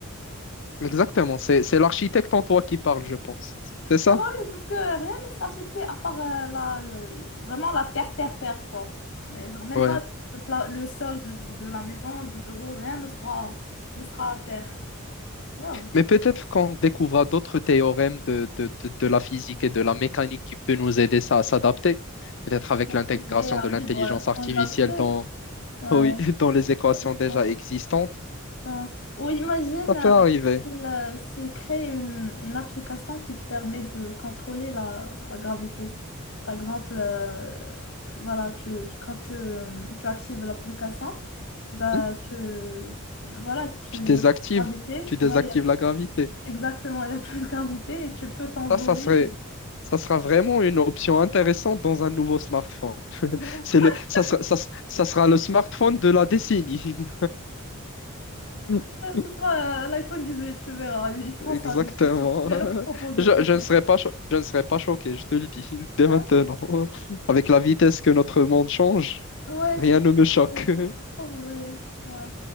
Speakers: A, on the left (about 60°); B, on the left (about 75°).
A: Exactement, c'est, c'est l'architecte en toi qui parle, je pense. C'est ça?
B: Mais oui, parce que rien ne sera fixé à part euh, la, le- vraiment la terre, terre, terre, quoi. Mais genre, même
A: Ouais.
B: pas le, pla- le sol de, de la maison, du bureau, rien ne sera, ne sera à terre. Wow.
A: Mais peut-être qu'on découvrira d'autres théorèmes de, de, de- de la physique et de la mécanique qui peut nous aider ça à s'adapter, peut-être avec
B: Obliger
A: l'intégration
B: à
A: de
B: vivre
A: l'intelligence artificielle
B: sans gravité.
A: dans,
B: Ouais,
A: oui, <laughs> dans les équations
B: ouais, je
A: déjà
B: pense.
A: existantes.
B: Mince. Ou imagine
A: Ça peut
B: euh,
A: arriver.
B: s'il euh, s'il crée une, une application qui te permet de contrôler la, la gravité. Par exemple, euh, voilà, tu, tu- quand tu, tu actives l'application, bah,
A: Hmm.
B: tu, voilà, tu,
A: Tu
B: il
A: désactives,
B: y a plus de gravité.
A: tu désactives
B: Ouais, il y a-
A: la gravité.
B: exactement, <laughs> il y a plus de gravité et tu peux t'envoler.
A: Ça, ça serait, ça sera vraiment une option intéressante dans un nouveau smartphone.
B: <laughs>
A: C'est le, ça sera, ça, ça sera le smartphone de la décennie. <laughs>
B: Ouais, Ce sera euh, l'iPhone huit tu verras. Ils feront
A: Exactement.
B: ça, je suis sûre. Je vais
A: <laughs>
B: leur proposer,
A: Je,
B: t'inquiète.
A: je ne serais pas, cho- je ne serais pas choqué, je te le dis, <laughs> dès
B: <laughs>
A: maintenant. <laughs> Avec la vitesse que notre monde change,
B: Ouais,
A: rien
B: c'est
A: ne
B: trop
A: me choque.
B: vrai.
A: <laughs>
B: C'est trop vrai. Ouais.